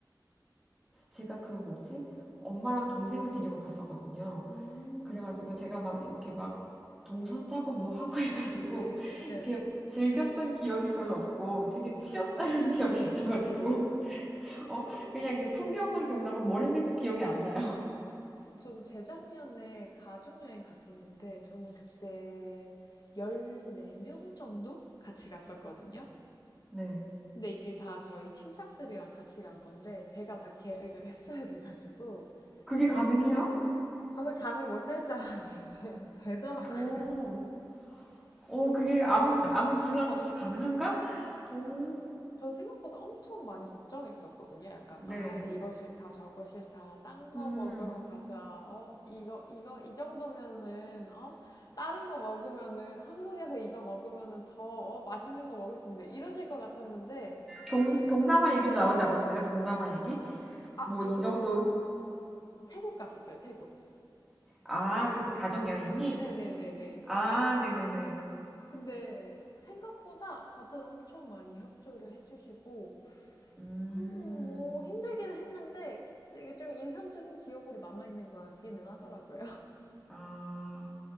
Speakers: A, in the centre; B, on the left.
A: 제가 그 뭐지 엄마랑 동생을 데리고 갔었거든요.
B: 음,
A: 그래가지고 제가 막 이렇게 막 동선 짜고 뭐 하고 해가지고 <laughs>
B: 네네.
A: 이게 즐겼던 기억이 별로 없고 되게 치였다는 <laughs> 기억이 있어가지고 <laughs> 어 그냥 이게 풍경만 기억나고 뭘 했는지 기억이 안 나요. <laughs>
B: 저도 재작년에 가족여행 갔었는데 저는 그때 14명 정도 같이 갔었거든요.
A: 네.
B: 근데 이게 다 저희 친척들이랑 같이 간 건데 제가 다 계획을 했어야 돼가지고
A: 그게
B: 대신
A: 가능해요?
B: 저도 가능 못할 줄 알았는데 <laughs> 되더라고요.
A: 오, 오, 그게 아무 아무 분란 없이 가능한가? 오,
B: 저도 생각보다 엄청 많이 걱정했었거든요. 약간
A: 네.
B: 아 이거 싫다 저거 싫다 딴 거
A: 음,
B: 먹으러 가자. 어 이거 이거 이 정도면은 어 다른 거 먹으면은 한국에서 이거 먹으면은 더 어, 맛있는 거 먹을 수 있는데 이러실 것 같았는데
A: 동, 동남아 얘기도 나오지 않았어요? 동남아 얘기?
B: 아
A: 뭐
B: 저
A: 이
B: 그때
A: 정도
B: 태- 태국 갔었어요. 태국.
A: 아, 그 가족 여행이?
B: 네네네네.
A: 아, 네네네.
B: 근데 생각보다 다들 엄청 많이 협조를 해주시고,
A: 음,
B: 그럼 뭐 힘들기는 했는데 되게 좀 인상적인 기억으로 남아있는 것 같기는 하더라고요. <laughs>
A: 아,